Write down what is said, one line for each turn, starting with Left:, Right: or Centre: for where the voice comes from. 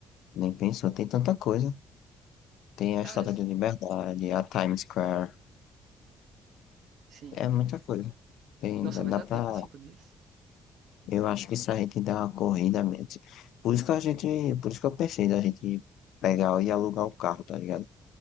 Left: nem pensou, tem tanta coisa. Tem a
Right: Cara,
Left: Estátua
Right: s-
Left: da Liberdade, a Times Square,
Right: sim.
Left: é muita coisa. Tem,
Right: Nossa,
Left: dá,
Right: vai
Left: dá
Right: dar
Left: pra,
Right: tempo em cinco dias?
Left: eu acho que se a gente der uma corrida mesmo. Por isso que a gente, por isso que eu pensei da gente pegar e alugar o carro, tá ligado?